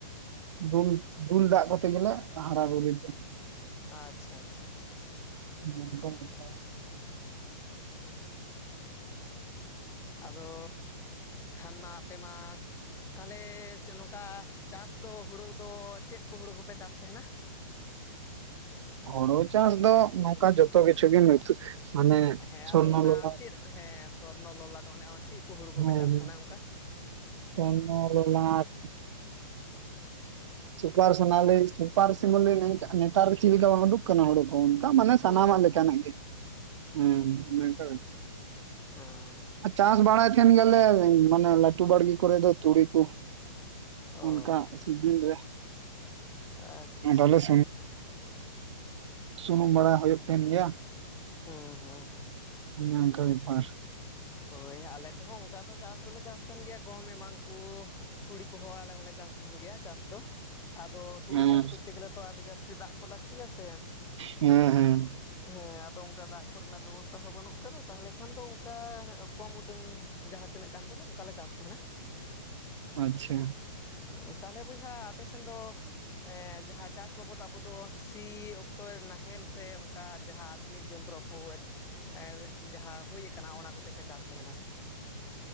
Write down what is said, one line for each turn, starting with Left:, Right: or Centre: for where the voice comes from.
Right: ᱫᱩᱞ ᱫᱩᱞ ᱫᱟᱜ ᱠᱚᱛᱮ ᱜᱮᱞᱮ ᱦᱟᱨᱟ ᱵᱩᱨᱩᱭ ᱛᱟᱦᱮᱱ᱾
Left: ᱟᱪᱪᱷᱟ ᱟᱪᱪᱷᱟ ᱟᱪᱪᱷᱟ ᱟᱪᱪᱷᱟ᱾ ᱴᱷᱤᱠ
Right: ᱚᱱᱮ ᱚᱱᱠᱟ ᱵᱮᱞᱟᱨ᱾
Left: ᱟᱫᱚ ᱠᱷᱟᱱ ᱢᱟ ᱟᱯᱮ ᱢᱟ ᱛᱟᱦᱚᱞᱮ ᱱᱚᱝᱠᱟ ᱪᱟᱥ ᱫᱚ ᱦᱩᱲᱩ ᱫᱚ ᱪᱮᱫ ᱠᱚ ᱦᱩᱲᱩ ᱠᱚᱯᱮ ᱪᱟᱥ ᱛᱟᱦᱮᱱᱟ?
Right: ᱦᱳᱲᱳ ᱪᱟᱥ ᱫᱚ ᱱᱚᱝᱠᱟ ᱡᱷᱚᱛᱚ ᱠᱤᱪᱷᱩ ᱜᱮ <inaudible>
Left: ᱦᱮᱸ
Right: ᱥᱚᱨᱱᱚ
Left: ᱟᱫᱚ ᱚᱱᱟ
Right: ᱞᱚᱞᱟᱴ
Left: ᱪᱮᱫ ᱦᱮᱸ ᱥᱚᱨᱱᱚ, ᱞᱚᱞᱟᱴ ᱚᱱᱮ ᱚ ᱪᱮᱫ ᱠᱚ ᱦᱩᱲᱩ ᱠᱚᱯᱮ
Right: ᱦᱮᱸ
Left: ᱪᱟᱥ
Right: ᱦᱮᱸ
Left: ᱛᱟᱦᱮᱱᱟ ᱚᱱᱠᱟ?
Right: ᱥᱚᱨᱱᱚ, ᱞᱚᱞᱟᱴ, ᱥᱩᱯᱟᱨ ᱥᱚᱱᱟᱞᱤ ᱥᱩᱯᱟᱨ <inaudible> ᱱᱮᱛᱟᱨ ᱪᱮᱫ ᱞᱮᱠᱟ ᱵᱟᱝ ᱩᱰᱩᱠ ᱟᱠᱟᱱᱟ ᱦᱳᱲᱳ ᱠᱚ᱾ ᱚᱱᱠᱟ ᱢᱟᱱᱮ
Left: ᱦᱳᱭ
Right: ᱥᱟᱱᱟᱢᱟᱜ ᱞᱮᱠᱟᱱᱟᱜ ᱜᱮ, ᱦᱮᱸ ᱚᱱᱮ ᱚᱱᱠᱟ <inaudible>
Left: ᱚ᱾
Right: ᱪᱟᱥ ᱵᱟᱲᱟᱭ ᱛᱟᱦᱮᱱ ᱜᱮᱭᱟ ᱞᱮ ᱢᱟᱱᱮ ᱞᱟᱹᱴᱩ ᱵᱟᱲᱜᱮ ᱠᱚᱨᱮ ᱫᱚ ᱛᱩᱲᱤ ᱠᱚ᱾
Left: ᱚ
Right: ᱚᱱᱠᱟ ᱥᱤᱡᱤᱱ ᱨᱮ,
Left: ᱟᱪᱪᱷᱟ
Right: <inaudible> ᱥᱩᱱᱩᱢ ᱵᱟᱲᱟ ᱦᱳᱭᱳᱜ ᱛᱟᱸᱦᱮᱱ ᱜᱮᱭᱟ᱾
Left: ᱦᱩᱸ ᱦᱩᱸ ᱦᱩᱸ ᱦᱩᱸ᱾
Right: ᱚᱱᱮ ᱚᱱᱠᱟ ᱵᱮᱯᱟᱨ᱾
Left: ᱦᱳᱭ ᱦᱟᱸᱜ ᱟᱞᱮ ᱠᱚᱦᱚᱸ ᱚᱱᱠᱟ ᱫᱚ ᱪᱟᱥ ᱫᱚᱞᱮ ᱪᱟᱥ ᱛᱟᱦᱮᱱ ᱜᱮᱭᱟ ᱜᱚᱢ ᱮᱢᱟᱱ ᱠᱚ᱾ ᱛᱩᱲᱤ ᱠᱚᱦᱚᱸ ᱟᱞᱮ ᱦᱚᱸ ᱞᱮ ᱪᱟᱥ ᱛᱟᱦᱮᱱ ᱜᱮᱭᱟ ᱪᱟᱥ ᱫᱚ᱾ ᱟᱫᱚ ᱛᱩᱲᱤ
Right: ᱦᱮᱸ
Left: ᱪᱟᱥ ᱠᱚᱛᱛᱮ ᱜᱮᱞᱮ ᱛᱚ ᱟᱹᱰᱤ ᱡᱟᱹᱥᱛᱤ ᱫᱟᱜ ᱠᱚ ᱞᱟᱹᱠᱛᱤ-ᱟ ᱥᱮ᱾
Right: ᱦᱮᱸ ᱦᱮᱸ᱾
Left: ᱦᱮᱸ ᱟᱫᱚ ᱚᱝᱠᱟ ᱫᱟᱜ ᱠᱚᱨᱮᱱᱟᱜ ᱵᱮᱵᱚᱥᱛᱟ ᱦᱚᱸ ᱵᱟᱹᱱᱩᱜ ᱠᱟᱫᱟ ᱛᱟᱦᱚᱞᱮ ᱠᱷᱟᱱ ᱫᱚ ᱚᱱᱠᱟ ᱦᱟᱸᱜ ᱠᱚᱢ ᱩᱰᱟᱹᱝ ᱡᱟᱦᱟᱸ ᱛᱤᱱᱟᱹᱜ ᱜᱟᱱ ᱫᱚᱞᱮ ᱚᱱᱠᱟᱞᱮ ᱪᱟᱥ ᱛᱟᱸᱦᱮᱱᱟ,
Right: ᱟᱪᱪᱷᱟ᱾
Left: ᱩᱸ ᱛᱟᱞᱦᱮ ᱵᱚᱭᱦᱟ ᱟᱯᱮ ᱥᱮᱱ ᱫᱚ ᱮᱸ ᱡᱟᱦᱟᱸ ᱪᱟᱥ ᱵᱟᱵᱚᱫ ᱟᱵᱚ ᱫᱚ ᱥᱤ ᱚᱠᱛᱚ ᱱᱟᱦᱮᱞ ᱥᱮ ᱚᱱᱠᱟ ᱡᱟᱦᱟᱸ ᱟᱫᱷᱩᱱᱤᱠ ᱡᱚᱱᱛᱨᱚ ᱠᱚᱣᱮᱛ ᱡᱟᱦᱟᱸ ᱦᱩᱭ ᱠᱟᱱᱟ ᱚᱱᱟ ᱠᱚᱛᱮ ᱯᱮ ᱪᱟᱥ ᱛᱟᱸᱦᱮᱱᱟ?